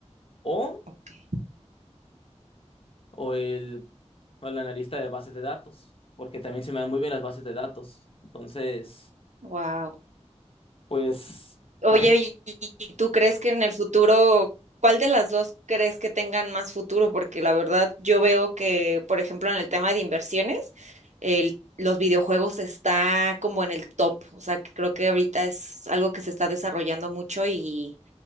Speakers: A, on the left; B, on the right.
A: o,
B: Ok.
A: o el o el analista de bases de datos, porque también se me dan muy bien las bases de datos. Entonces,
B: Wow.
A: pues
B: Oye,
A: la gente...
B: ¿y y tú crees que en el futuro, cuál de las dos crees que tengan más futuro? Porque la verdad, yo veo que, por ejemplo, en el tema de inversiones, el- los videojuegos está como en el top. O sea, que creo que ahorita es algo que se está desarrollando mucho y,